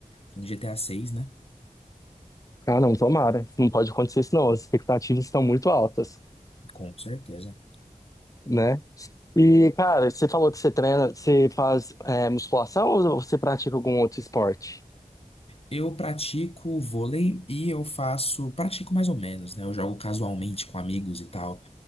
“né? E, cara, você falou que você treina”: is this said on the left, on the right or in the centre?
Left